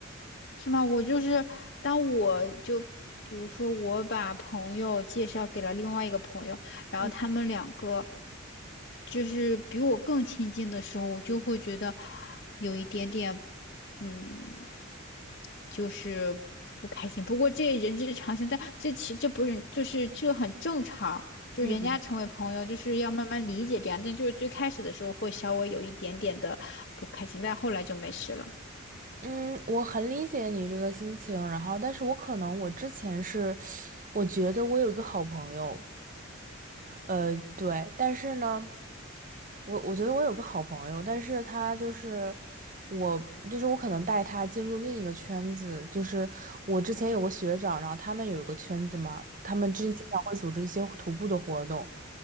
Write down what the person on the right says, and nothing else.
嗯
嗯，
嗯，我很理解你这个心情，然后，但是我可能我之前是，我觉得我有一个好朋友，呃，对，但是呢。我我觉得我有个好朋友，但是他就是我，就是我可能带他进入另一个圈子，就是我之前有个学长，然后他们有一个圈子嘛，他们之前经常会组织一些徒步的活动，